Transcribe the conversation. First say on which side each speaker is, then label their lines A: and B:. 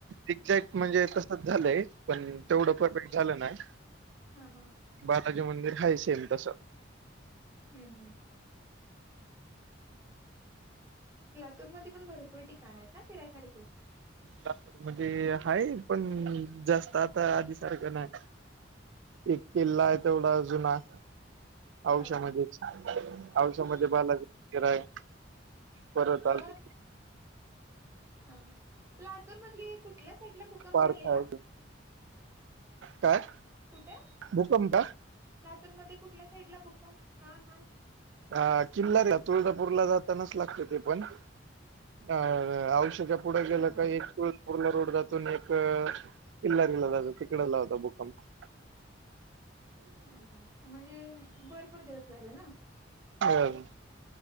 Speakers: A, on the right; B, on the right.
A: एझॅक्ट म्हणजे तसच झालंय पण तेवढं परफेक्ट झालं नाही.
B: हा, हा.
A: बालाजी मंदिर हाय, सेम तसं.
B: हं, हं. लातूरमध्ये पण भरपूर ठिकाणयत ना, फिरा्यसारखे.
A: लातूरमध्ये हाय पण, जास्त आता आधी सारखं नाही. एक किल्लाय तेवढा जुना. औष्यामध्येच.
B: हा हा
A: औषामध्ये
B: हम्म
A: बालाजी मंदीराय. परत
B: अ
A: आजून
B: हा, हा. लातूर मधली कुठल्या साईडला भूकंप
A: पार्क
B: झालेला?
A: आहे काय?
B: कुठे
A: भूकंप.
B: लातूरमध्ये कुठल्या साईडला भूकंप, हा. हां.
A: अ किल्लारीला, तुळजापूरला जातानाच लागतं ते पण. अ औषच्या पुढे गेलं
B: हा हा
A: का? एक पू लातूरला रोड जातो, न एक किल्लारीला जातो. तिकडं झाला होता भुकंप.
B: अ ह. म्हणजे भरपूर दिवस राहिला ना.
A: ह